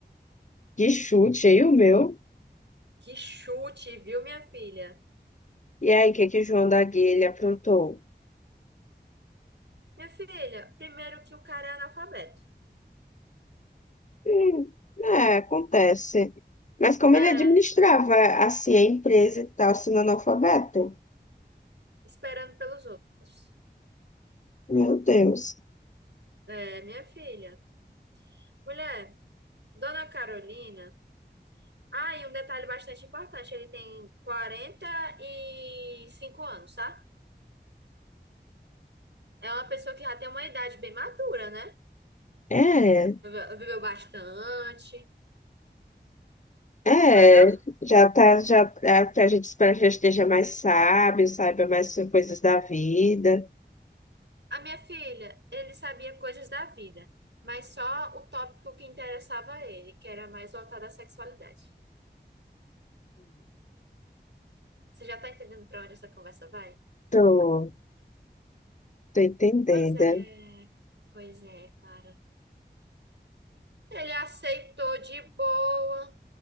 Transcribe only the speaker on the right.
que chute, viu, minha filha?
Minha filha, primeiro que o cara é analfabeto.
É,
esperando pelos outros.
É, minha filha. Mulher, Dona Carolina. Ah, e um detalhe bastante importante, ele tem quarenta e cinco anos, tá? É uma pessoa que já tem uma idade bem madura, né?
Vive- Viveu bastante,
não é não?
A minha filha, ele sabia coisas da vida, mas só o tópico que interessava a ele, que era mais voltado à sexualidade. Você já tá entendendo pra onde essa conversa vai?
Pois é, pois é, Clara. Ele aceitou de boa.